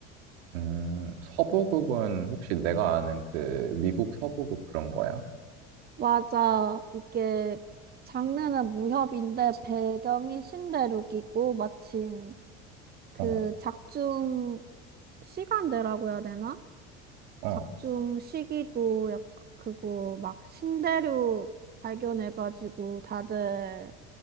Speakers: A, on the right; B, on the right.
A: 음, 서부극은 혹시 내가 아는 그 미국 서부극 그런 거야?
B: 맞아. 이게, 장르는 무협인데, 배경이 신대륙이고, 마침 그
A: 어,
B: 작중 시간대라고 해야 되나?
A: 어,
B: 작중 시기도 약 그거 막 신대륙 발견해가지고 다들